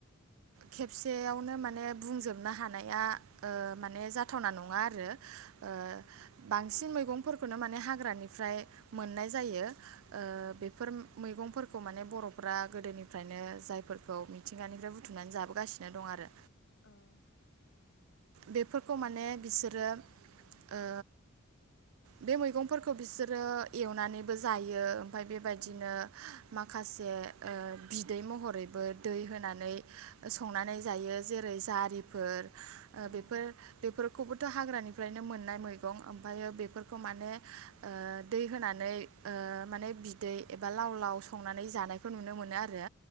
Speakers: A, on the right; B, on the left.
A: खेबसेयावनो माने बुंजोबनो हानाया, ओ माने जाथावना नङा आरो ओ बाद बांसिन मैगंफोरखौनो माने हाग्रानिफ्राय, मोननाय जायो ओ बेफोर मैगंफोर खौ माने बर'फ्रा गोदोनिफ्रायनो जायफोरखौ मिथिंगानिफ्राय बुथुमनानै जाबोगासिनो दं आरो
B: ओं
A: बेफोरखौ माने बिसोरो ओ बे मैगंफोरखौ बिसोरो एवनानैबो जायो। ओमफाय बेबायदिनो
B: ओं
A: मा माखासे ओ बिदै महरैबो दै होनानै
B: औ
A: संनानै जायो जे जेरै जारिफोर ओ
B: औ ओं
A: बेफोर
B: औ
A: बेफोर खौबोथ' हाग्रानि फ्रायनो मोननाय मैगं ओम फायो बेफोरखौ माने ओ दै होनानै ओ माने बिदै एबा लाव लाव संनानै जानायखौ नुनो मो नो आरो